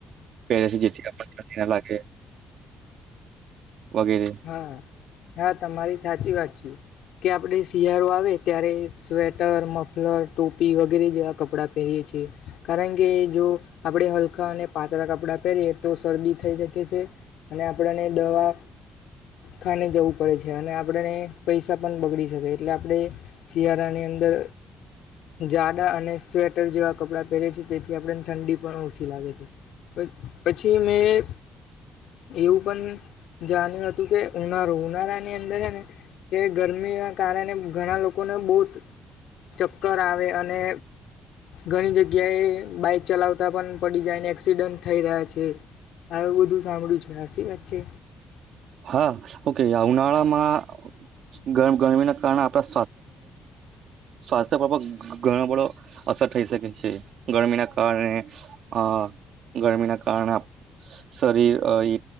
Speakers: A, on the right; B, on the left.
A: પહેરે છે જેથી આપઠંડી ના લાગે. વગેરે
B: હા હા તમારી સાચી વાત છે. કે આપણે શિયાળો આવે ત્યારે સ્વેટર મફલર ટોપી વગેરે જેવા કપડાં પહેરીએ, છીએ કારણ કે જો આપણે હલકા અને પાતળા કપડાં પહેરીએ તો શરદી થઈ શકે છે, અને આપણને દવા ખાને જવું પડે છે, અને આપણેને પૈસા પણ બગડી શકે એટલે આપણે શિયાળાની અંદર જાડા અને સ્વેટ જેવા કપડાં પહેરે છે, તે આપને ઠંડી પણ ઓછી લાગે છે, પછી મેં એવું પણ જાણ્યું હતું કે ઉનાળું ઉનાળાની અંદર છે, ને કે ગરમીના કારણે ઘણા લોકોને બહુ ચક્કર આવે અને ઘણી જગ્યાએ બાઈક ચલાવતા પણ પડી જાય ને એક્સિડન્ટ થઈ રહ્યા છે આવું બધું સાંભળ્યું છે હાસી વાત છે
A: હા ઓકે ઉનાળામાં ગરમી ના કારણે આપડા સ્વાસ્થ્ય <inaudible> ઘણો બડો અસર થઈ શકે છે ગરમી ના કારણે અ ગરમી ના કારણે શરીર એ